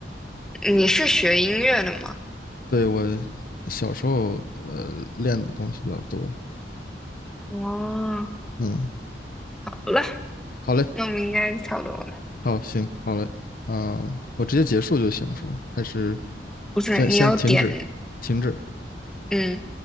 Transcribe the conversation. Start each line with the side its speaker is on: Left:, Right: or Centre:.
Centre: 你是学音乐的吗？
Left: 对，我小时候呃练的东西比较多。
Centre: 哦，
Left: 嗯，
Centre: 好了，
Left: 好嘞，
Centre: 那我们应该差不多了。
Left: 好，行，好嘞，啊、我直接结束就行是吧？还是
Centre: 不是，
Left: 先先停止，
Centre: 你要点，
Left: 停止？
Centre: 嗯。